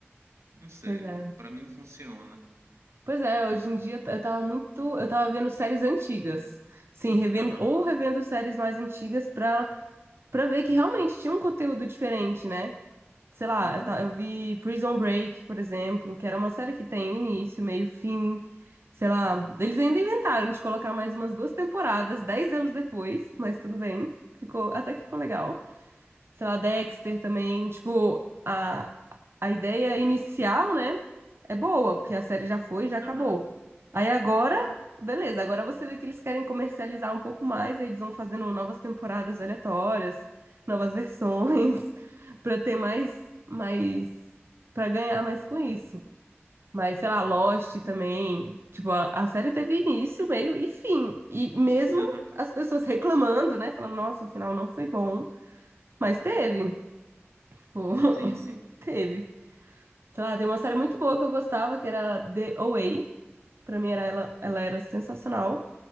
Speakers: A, on the right (about 85°); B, on the right (about 60°).
A: não sei.
B: pois é.
A: Para mim não funciona.
B: Pois é, hoje em dia eu tava muito, eu tava vendo séries antigas. Sim, revendo
A: Aham.
B: ou revendo séries mais antigas pra para ver que realmente tinha um conteúdo diferente, né? Sei lá,
A: Uhum.
B: eu, ta- eu vi Prison Break, por exemplo, que era uma série que tem início, meio, fim, sei lá. Eles ainda inventaram de colocar mais umas duas temporadas, dez anos depois, mas tudo bem. Ficou, até que ficou legal. Sei lá, Dexter também, tipo, a a ideia inicial, né, é boa, porque a série já foi, já acabou.
A: Aham.
B: Aí agora, beleza, agora você vê que eles querem comercializar um pouco mais, aí eles vão fazendo novas temporadas aleatórias, novas versões, <laughs> pra ter mais, mais, para ganhar mais com isso. Mas, sei lá, Lost
A: Sim.
B: também. Tipo, a, a série teve início, meio e fim. E mesmo
A: Aham.
B: as pessoas reclamando, né? Falando, nossa, o final não foi bom. Mas teve. Tipo, <laughs>
A: Sim, sim.
B: teve. Sei lá, tem uma série muito boa que eu gostava, que era The OA. Pra mim era ela, ela era sensacional,